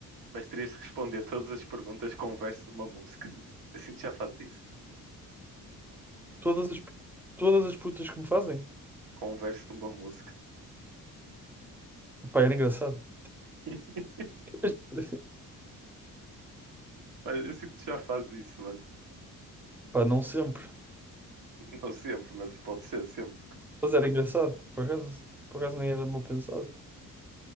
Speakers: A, on the right; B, in the centre.
A: mas terias de responder todas as perguntas com um verso de uma música. Eu sinto que já fazes isso.
B: Todas as, todas as putas que me fazem?
A: Com um verso de uma música.
B: Pá, era engraçado.
A: <laughs>
B: <laughs>
A: Mas eu sinto que já fazes isso, mano.
B: Pá, não sempre.
A: Não sempre, mas pode ser sempre.
B: Mas era engraçado, por acaso. Por acaso nem era mal pensado.